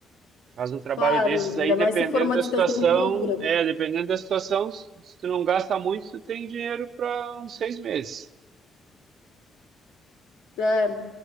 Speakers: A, on the right; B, on the left.
A: faz um trabalho
B: Claro,
A: desses
B: ainda
A: aí, dependendo
B: mais se for uma
A: da
B: distância
A: situação,
B: muito longa.
A: é, dependendo da situação, se tu não gasta muito, tu tem dinheiro para uns seis meses.
B: É,